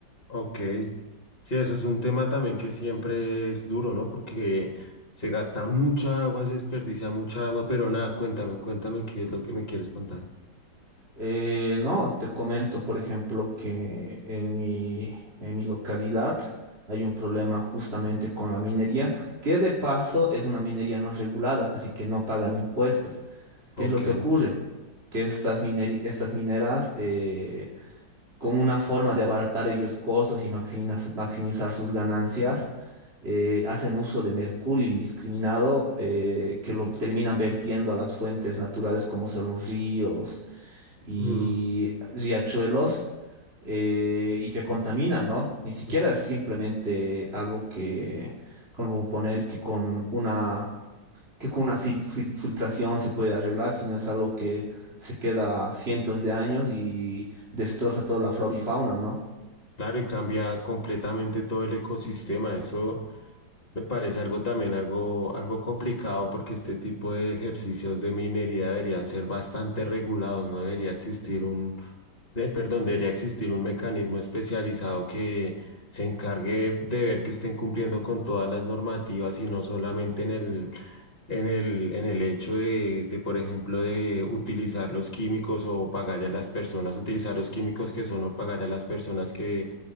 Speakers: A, on the left; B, on the right.
A: Ok. Sí, eso es un tema también que siempre es duro, ¿no? Porque se gasta mucha agua, se desperdicia mucha agua, pero nada, cuéntame, cuéntame qué es lo que me quieres contar.
B: Eh, no, te comento, por ejemplo, que en mi, en mi localidad hay un problema justamente con la minería, que de paso es una minería no regulada, casi que no pagan impuestos. ¿Qué
A: Ok.
B: es lo que ocurre? Que estas mineri- estas mineras, eh, como una forma de abaratar ellos costos y maximizar, maximizar sus ganancias, eh, hacen uso de mercurio indiscriminado, eh, que lo terminan vertiendo a las fuentes naturales como son los ríos y
A: Mm,
B: riachuelos eh, y que contaminan, ¿no? Ni siquiera
A: ujú.
B: es simplemente algo que, como poner que con una, que con una fil- fil- filtración se puede arreglar, sino es algo que se queda cientos de años y destroza toda la flora y fauna, ¿no?
A: Claro, y cambia completamente todo el ecosistema. Eso me parece algo también, algo, algo complicado, porque este tipo de ejercicios de minería deberían ser bastante regulados, no debería existir un de- perdón, debería existir un mecanismo especializado que se encargue de ver que estén cumpliendo con todas las normativas y no solamente en el, en el, en el hecho de, de, por ejemplo, de utilizar los químicos o pagarle a las personas, utilizar los químicos que son o pagarle a las personas que